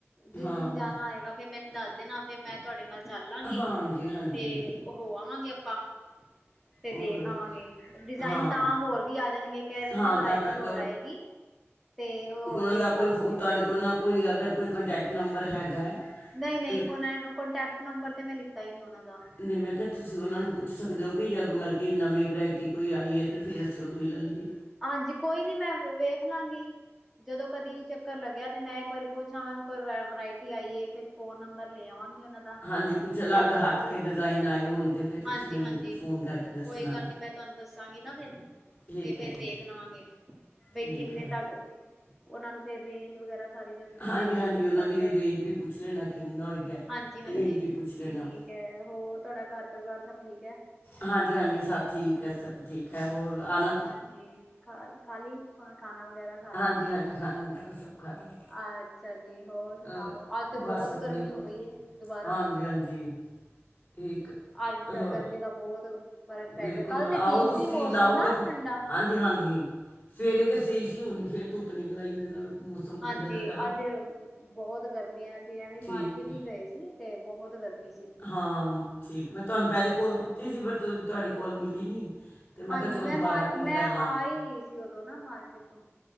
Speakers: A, in the centre; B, on the left (about 25°).
A: ਜਿਸ
B: ਹਾਂ
A: ਦਿਨ ਜਾਣਾ ਆਏਗਾ ਫਿਰ ਮੈਨੂੰ ਦੱਸ ਦੇਣਾ ਫਿਰ ਮੈਂ ਤੁਹਾਡੇ ਨਾਲ ਚੱਲਾਂਗੀ
B: ਹਾਂਜੀ ਹਾਂਜੀ
A: ਤੇ ਹੋ ਆਵਾਂਗੇ ਆਪਾਂ। ਤੇ
B: ਔਰ
A: ਦੇਖ ਆਵਾਂਗੇ ਡਿਜ਼ਾਇਨ
B: ਹਾਂ
A: ਤਾਂ ਹੋਰ ਵੀ ਆ ਜਾਣਗੇ ਕੇਹ ਰੇ
B: ਹਾਂ
A: ਸੀ ਵਰਾਇਟੀ
B: ਤਦ ਤੱਕ
A: ਹੋਰ ਆਏਗੀ। ਤੇ ਹੋਰ ਦੇਖ
B: ਉਹ ਦਾ ਕੋਈ
A: ਆਵਾਂਗੇ ਵਰਾਇਟੀ
B: ਤੁਹਾਡੇ ਕੋਲ ਨਾ ਕੋਈ ਅਗਰ ਕੋਈ ਕੰਟੈਕਟ ਨੰਬਰ ਹੈਗਾ।
A: ਨਹੀਂ ਨਹੀਂ
B: ਤੇ
A: ਕੋ ਕਟੈਕਟ ਨੰਬਰ ਤੇ ਮੈਂ ਲਿੱਤਾ ਹੀ ਨਹੀਂ ਉਹਨਾਂ ਦਾ।
B: ਨਹੀਂ ਮੈਂ ਕਿਹਾ ਤੁਸੀਂ ਉਹਨਾਂ ਨੂੰ ਪੁੱਛ ਸਕਦੇ ਹੋ ਕਿ ਜਗ ਬਲਕਿ ਨਵੀਂ ਵਰਾਇਟੀ ਕੋਈ ਆਈ ਏ। ਤੇ ਫਿਰ ਅਸੀਂ ਉਹਦੋ ਹੀ ਲੈ ਲਈਏ।
A: ਹਾਂਜੀ ਕੋਈ ਨੀ ਮੈਂ ਵੇਖ ਲਾਂਗੀ। ਜਦੋਂ ਕਦੀ ਵੀ ਚੱਕਰ ਲੱਗਿਆ ਤੇ ਮੈਂ ਇੱਕ ਵਾਰੀ ਪੁੱਛ ਆਵਾਂਗੀ ਕੋਈ ਵਰਾਇਟੀ ਆਈਏ ਫਿਰ ਫੋਨ ਨੰਬਰ ਲੈ ਆਵਾਂਗੀ ਉਹਨਾ ਫ
B: ਹਾਂਜੀ ਕੁਝ ਅਲੱਗ
A: ਤੁਹਾਨੂੰ
B: ਹਟ
A: ਦੱਸਾਂਗੇ।
B: ਕੇ ਡਿਜ਼ਾਈਨ ਆਏ ਹੋਣ ਤੇ ਫਿਰ ਤੁਸੀਂ
A: ਹਾਂਜੀ,
B: ਮੈਨੂੰ
A: ਹਾਂਜੀ
B: ਫੋਨ ਕਰਕੇ ਦੱਸਣਾ
A: ਕੋਈ ਗੱਲ ਨੀ ਮੈਂ ਤੁਹਾਨੂੰ ਦੱਸਾਂਗੀ ਨਾ ਫੇਰ
B: ਠੀਕ
A: ਫੇਰ
B: ਹੈ ਜੀ
A: ਵੇਖ ਲਵਾਂਗੇ, ਬਈ
B: ਠੀਕ
A: ਕਿੰਨੇ
B: ਹੈ
A: ਤੱਕ, ਉਹਨਾ ਨੂੰ ਫੇਰ ਰੇਂਜ ਵਗੈਰਾ ਸਾਰੀ ਦੱਸਣੀ
B: ਹਾਂਜੀ
A: ਪਏਗੀ
B: ਹਾਂਜੀ
A: ਕਿਸ
B: ਉਹਨਾਂ
A: ਤੱਕ
B: ਦੀ
A: ਹੈ।
B: ਰੇਂਜ ਵੀ ਪੁੱਛ ਲੈਣਾ ਕਿੰਨਾ ਹੋਏਗਾ
A: ਹਾਂਜੀ, ਹਾਂਜੀ
B: ਰੇਂਜ ਵੀ ਪੁੱਛ ਲੈਣਾ
A: ਠੀਕ। ਹੈ। ਹੋਰ ਤੁਹਾਡਾ ਘਰ ਪਰਿਵਾਰ ਸਭ ਠੀਕ ਐ।
B: ਹਾਂਜੀ, ਹਾਂਜੀ ਸਭ ਠੀਕ ਹੈ, ਸਭ ਠੀਕ ਹੈ ਹੋਰ ਆ ਨਾ।
A: ਹਾਂਜੀ ਖਾਲ ਖਾਲੀ ਖਾਣਾ ਵਗੈਰਾ। ਖਾ ਲਿਆ
B: ਹਾਂਜੀ, ਹਾਂਜੀ ਖਾਣਾ ਵਗੈਰਾ ਸਭ ਖਾ ਲਿਆ।
A: ਅੱਛਾ ਜੀ, ਹੋਰ ਸੁਣਾਓ
B: ਅਹ,
A: ਅੱਜ ਤੇ
B: ਬਸ
A: ਬਹੁਤ
B: ਵਧੀਆ
A: ਗਰਮੀ
B: ਬਹੁਤ
A: ਹੋ ਗਈ ਏ ਦੁਬਾਰਾ।
B: ਹਾਂਜੀ, ਹਾਂਜੀ। ਠੀਕ।
A: ਅੱਜ ਦਾ
B: ਹੋਰ
A: ਗਰਮੀ ਦਾ ਬਹੁਤ ਫ਼ਰਕ ਪੈ
B: ਬਿਲਕੁਲ
A: ਗਿਆ, ਕੱਲ ਤੇ
B: ਆਓ
A: ਠੀਕ
B: ਤੁਸੀਂ
A: ਸੀ ਮੌਸਮ
B: ਲਾਓ
A: ਨਾ
B: ਕਦੀ
A: ਠੰਡਾ।
B: ਹਾਂਜੀ ਹਾਂਜੀ, ਸਵੇਰੇ ਤੇ ਸਹੀ ਸੀ ਹੁਨ ਫੇਰ ਧੁੱਪ ਨਿਕਲ ਆਈ ਉਹਦੇ ਨਾਲ ਮੌਸਮ
A: ਹਾਂਜੀ,
B: ਕੁ ਜ਼ਿਆਦਾ ਖਰਾਬ
A: ਅੱਜ ਬਹੁਤ ਗਰਮੀ ਏ। ਅਸੀ ਐਵੇਂ
B: ਠੀਕ
A: ਮਾਰਕੀਟ
B: ਹੈ
A: ਹੀ ਗਏ ਸੀ। ਤੇ ਬਹੁਤ ਗਰਮੀ ਸੀ।
B: ਹਾਂ ਠੀਕ, ਮੈਂ ਤੁਹਾਨੂੰ ਪਹਿਲੇ ਕੋਲ
A: ਹੋਰ
B: ਕੀਤੀ ਸੀ ਪਰ ਤੁ ਤੁਹਾਡੀ ਕੋਲ ਮਿਲੀ ਨਹੀਂ। ਤੇ
A: ਹਾਂਜੀ,
B: ਕਿਹਾ ਚਲੋ
A: ਮੈਂ
B: ਦੁਬਾਰਾ
A: ਮਾਰ
B: ਕੋਲ
A: ਮੈਂ
B: ਕਰ ਲਾਂ
A: ਆ ਹੀ ਰਹੀ ਸੀ ਉਦੋਂ ਨਾ ਮਾਰਕੀਟ ਤੋਂ।